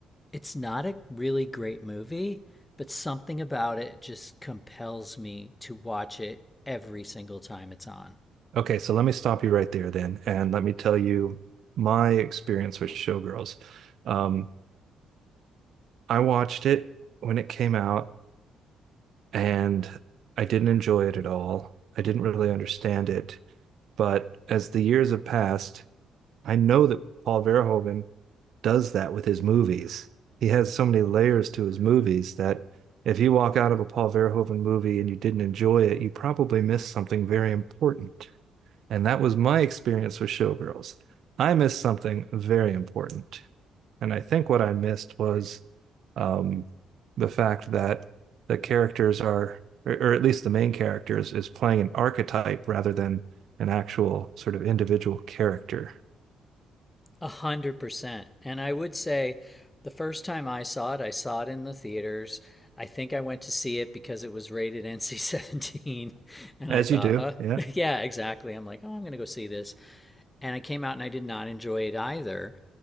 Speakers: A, on the left; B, on the right.
A: it's not a really great movie, but something about it just compels me to watch it every single time it's on.
B: Okay, so let me stop you right there then, and let me tell you my experience with Showgirls. Um, I watched it when it came out, and I didn't enjoy it at all. I didn't really understand it, but as the years have passed, I know that Paul Verhoeven does that with his movies. He has so many layers to his movies that if you walk out of a Paul Verhoeven movie and you didn't enjoy it, you probably missed something very important. And that was my experience with Showgirls. I missed something very important. And I think what I missed was um, the fact that the characters are, or, or at least the main characters, is playing an archetype rather than an actual sort of individual character.
A: A hundred percent. And I would say the first time I saw it, I saw it in the theaters. I think I went to see it because it was rated NC 17. <laughs> And
B: As
A: I thought,
B: you do,
A: uh,
B: yeah.
A: <laughs> yeah, exactly. I'm like, oh, I'm going to go see this. And I came out and I did not enjoy it either.